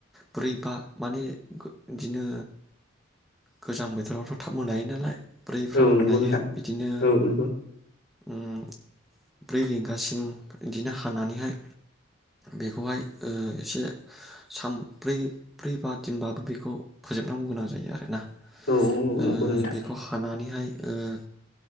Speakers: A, in the centre; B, on the left.
A: ब्रै बा माने बिदिनो गोजां बोथोरावथ' थाब मोनायो नालाय। ब्रैफ्राव
B: औ
A: मोनायो
B: नंगौ नोंथां
A: बिदिनो
B: औ नंगौ
A: ओम ब्रै रिंगासिम बिदिनो हानानैहाय बेखौहाय ओं एसे सानब्रै ब्रै बा दिनबाबो बेखौ फोजोबनांगौ गोनां जायो आरोना। ओं
B: औ औ नंगौ नोंथां
A: बेखौ हानानैहाय ओं